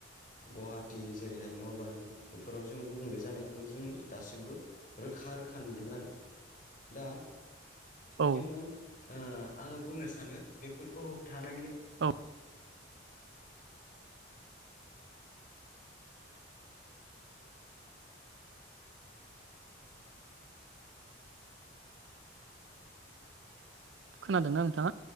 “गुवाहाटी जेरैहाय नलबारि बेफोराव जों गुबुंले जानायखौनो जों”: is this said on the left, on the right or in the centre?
Left